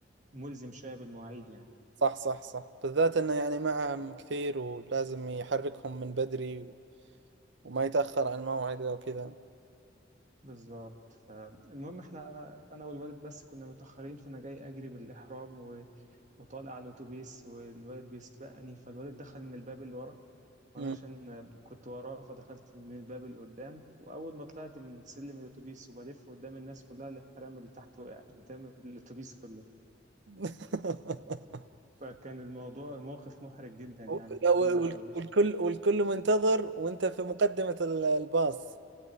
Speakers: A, on the right (about 40°); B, on the right (about 65°).
A: ملزم شويه بالمواعيد يعني
B: صح صح صح بالذات انه يعني معهم كثير ولازم يحركهم من بدري و... وما يتاخر عن موعده وكذا
A: بالظبط فالمهم احنا انا انا والوالد بس كنا متاخرين فانا جاي اجري بالاحرام و... وطالع على الاتوبيس والوالد بيسبقني فالوالد دخل من الباب اللي ورا وانا
B: مم.
A: عشان كنت وراه فدخلت من الباب اللي قدام واول ما طلعت من سلم الاتوبيس وبلف قدام الناس كلها الاحرام اللي تحت وقع قدام الاتوبيس كله
B: <laughs>
A: فكان الموضوع الموقف محرج جدا يعني
B: و-
A: كنت
B: لا، و-
A: انا
B: وال- والكل والكل منتظر وانت في مقدمة ال- الباص